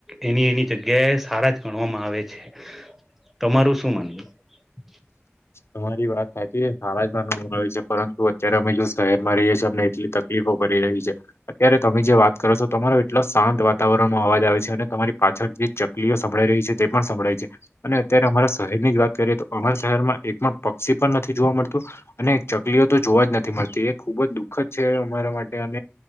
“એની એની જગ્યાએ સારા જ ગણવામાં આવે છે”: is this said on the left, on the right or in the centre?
Centre